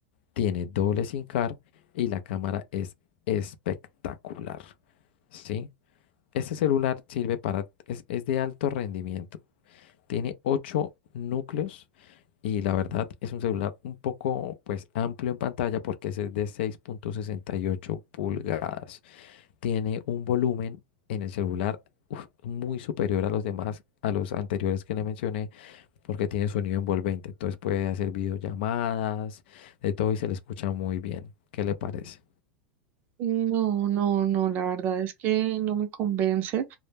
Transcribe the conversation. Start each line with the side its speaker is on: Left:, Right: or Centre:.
Left: Tiene doble SIM car y la cámara es espectacular, ¿sí? Este celular sirve para, es es de alto rendimiento. Tiene 8 núcleos y la verdad es un celular un poco pues amplio en pantalla porque ese es de seis punto sesenta y ocho pulgadas. Tiene un volumen en el celular uf, muy superior a los demás, a los anteriores que le mencioné, porque tiene sonido envolvente. Entonces puede hacer videollamadas, de todo y se le escucha muy bien. ¿Qué le parece?
Right: No, no, no, la verdad es que no me convence